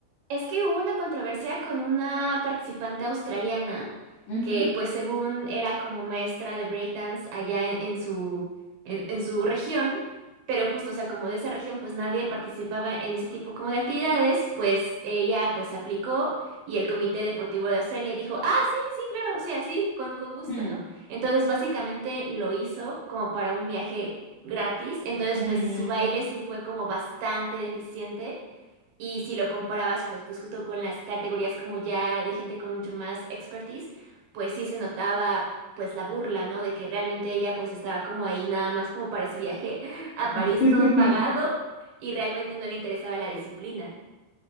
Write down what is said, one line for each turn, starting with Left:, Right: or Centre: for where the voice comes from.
Right: Es que hubo una controversia con una participante australiana
Left: Ujú.
Right: que pues según era como maestra de breakdance allá en, en su, en, en su región, pero justo, o sea, como de esa región pues nadie participaba en ese tipo como de actividades, pues ella pues aplicó y el Comité Deportivo de Australia dijo, ah, sí, sí, claro, o sea, sí, con, con gusto,
Left: Mm.
Right: ¿no? Entonces básicamente lo hizo como para un viaje gratis, entonces
Left: Mm.
Right: pues su baile sí fue como bastante deficiente. Y si lo comparabas, pues, pues justo con las categorías como ya de gente con mucho más expertise, pues sí se notaba pues la burla, ¿no? De que realmente ella pues estaba como ahí nada más como para su viaje a París
Left: <laughs>
Right: todo pagado y realmente no le interesaba la disciplina.